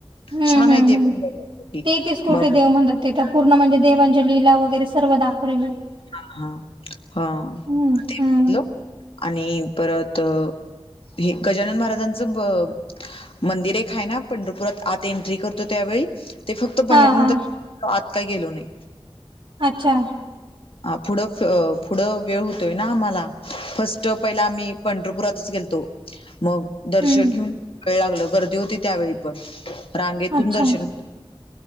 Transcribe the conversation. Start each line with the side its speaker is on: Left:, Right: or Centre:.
Right: हम्म
Left: छान
Right: हम्म
Left: आहे ते
Right: हम्म
Left: पण <unintelligible>
Right: तेहतीस कोटी
Left: मग-
Right: देव म्हणतात तिथं पूर्ण म्हणजे देवांच्या लीला वगैरे सर्व दाखवलेल्याय.
Left: हा. हा. हा.
Right: हम्म
Left: हॅलो.
Right: हम्म
Left: आणि परत -हे गजानन महाराजांचं. ब - मंदिर एक हाय ना? आत एन्ट्री करतो त्यावेळी? ते फक्त बाहेरन
Right: हा हा
Left: द, आत काही गेलो नाही.
Right: अच्छा
Left: हा फुढं फुढं वेळ होतोय ना आम्हाला. फर्स्ट पहिला आम्ही- पंढरपुरातच गेलतो. मग दर्शन
Right: हम्म
Left: घेऊन वेळ लागलं. गर्दी होती त्यावेळी पण. रांगेतून
Right: अच्छा
Left: दर्शन-